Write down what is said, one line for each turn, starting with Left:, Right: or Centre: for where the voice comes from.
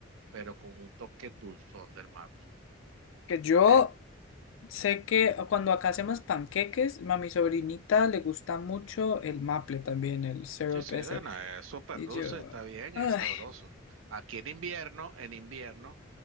Right: pero con un toque dulzón del maple.
Left: Que yo
Right: ¿eh?
Left: sé que cuando acá hacemos panqueques, a mi sobrinita le gusta mucho el maple también, el syrup
Right: Sí, sí,
Left: ese.
Right: bueno, es súper
Left: Y
Right: dulce,
Left: yo.
Right: está bien,
Left: Ay.
Right: es sabroso. Aquí en invierno, en invierno,